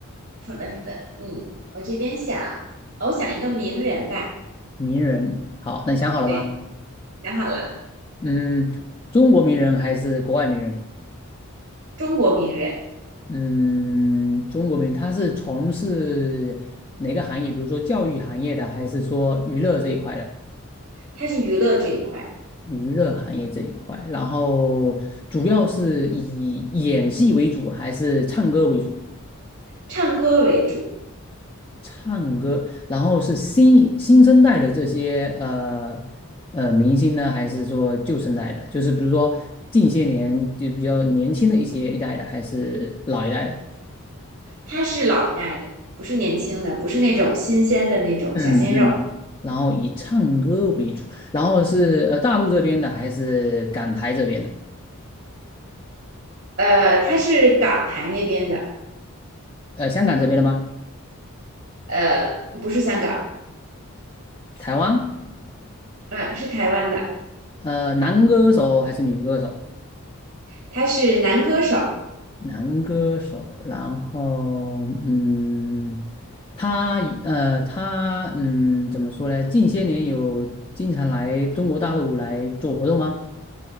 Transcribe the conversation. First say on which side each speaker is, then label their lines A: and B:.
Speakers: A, on the right; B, on the left.
A: 好的好的，嗯，我这边想，我想一个名人吧，
B: 名人，好，那你想好了吧？
A: 对，想好了，
B: 嗯，中国名人还是国外名人？
A: 中国名人，
B: 嗯，中国名人他是从事哪个行业？比如说教育行业的，还是说娱乐这一块的？
A: 他是娱乐这一块，
B: 娱乐行业这一块，然后主要是以演戏为主，还是唱歌为主？
A: 唱歌为主，
B: 唱歌，然后是新新生代的这些呃呃明星呢，还是说旧生代的？就是比如说近些年就比较年轻的一些一代的，还是老一代的？
A: 他是老一代的，不是年轻的，不是那种新鲜的那种小鲜肉，
B: 嗯嗯，然后以唱歌为主，然后是呃大陆这边的还是港台这边的？
A: 呃，他是港台那边的，
B: 呃，香港这边的吗？
A: 呃，不是香港，
B: 台湾？
A: 嗯，是台湾的，
B: 呃，男歌手还是女歌手？
A: 他是男歌手，
B: 男歌手，然后嗯，他呃他嗯怎么说呢？近些年有经常来中国大陆来做活动吗？